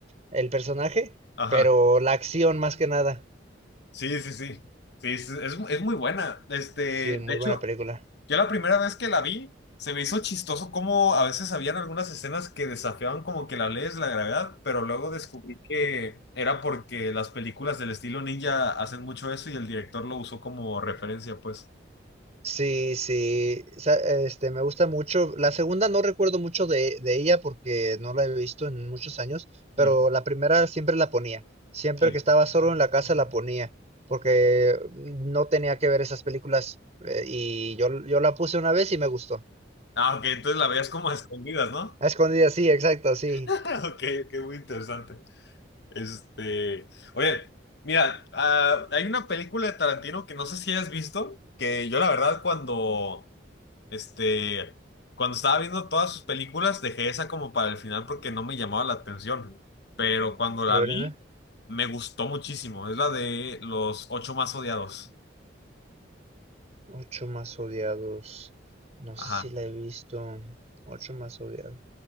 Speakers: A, on the right; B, on the left.
A: el personaje,
B: Ajá.
A: pero la acción más que nada.
B: Sí, sí, sí. Sí, es, es- es muy buena. Este,
A: Sí, muy
B: de hecho,
A: buena película.
B: yo la primera vez que la vi, se me hizo chistoso cómo a veces habían algunas escenas que desafiaban como que la ley es la gravedad, pero luego descubrí que era porque las películas del estilo ninja hacen mucho eso y el director lo usó como referencia, pues.
A: Sí, sí, sa- este, me gusta mucho. La segunda no recuerdo mucho de, de ella porque no la he visto en muchos años, pero
B: Ujú.
A: la primera siempre la ponía. Siempre
B: Sí.
A: que estaba solo en la casa la ponía, porque no tenía que ver esas películas eh, y yo, yo la puse una vez y me gustó.
B: Ah, ok, entonces la veías como a escondidas, ¿no?
A: A escondidas, sí, exacto, sí.
B: <laughs> Ok, qué muy interesante. Este, oye, mira, ah, hay una película de Tarantino que no sé si hayas visto, que yo la verdad cuando, este, cuando estaba viendo todas sus películas dejé esa como para el final porque no me llamaba la atención, pero cuando la
A: A ver,
B: vi
A: dime.
B: me gustó muchísimo, es la de los ocho más odiados.
A: Ocho más odiados. No sé
B: Ajá.
A: si la he visto. Ocho más odiados.